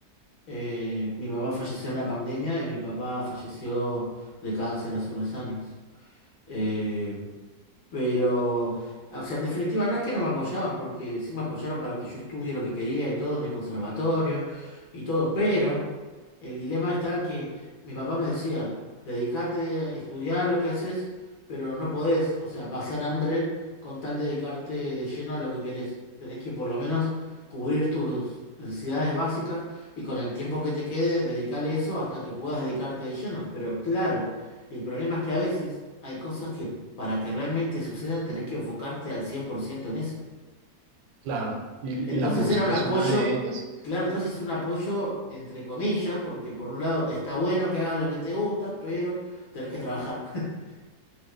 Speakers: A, on the left; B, on the right.
A: Eh, mi mamá falleció en la pandemia y mi papá falleció de cáncer hace unos años. Eh, Pero, o sea, en definitiva, no es que no me apoyaban, porque sí me apoyaron para que yo estudie lo que quería y todo en el conservatorio y todo, pero el dilema está que mi papá me decía, dedicate, estudiar lo que haces, pero no podés, o sea, pasar hambre con tal de dedicarte de lleno a lo que querés. Tenés que por lo menos cubrir tus necesidades básicas y con el tiempo que te quede, dedicarle eso hasta que puedas dedicarte de lleno. Pero claro. El problema es que a veces hay cosas que para que realmente sucedan tenés que enfocarte al 100% en eso.
B: Claro, y,
A: Entonces
B: y la música
A: era un apoyo,
B: es una de ellas.
A: claro, entonces es un apoyo entre comillas, porque por un lado está bueno que hagas lo que te gusta, pero tenés que trabajar. <laughs>